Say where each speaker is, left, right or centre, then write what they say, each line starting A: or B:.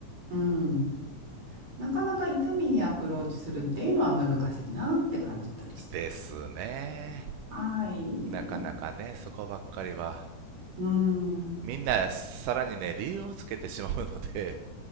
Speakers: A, on the right (about 45°); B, on the right (about 75°).
A: うん。なかなか痛みにアプローチするっていうのは難しいなって感じたりしてます。
B: ですね。
A: はい。
B: なかなかね、そこばっかりは。
A: うん。
B: みんな、さらにね、理由をつけてしまうので、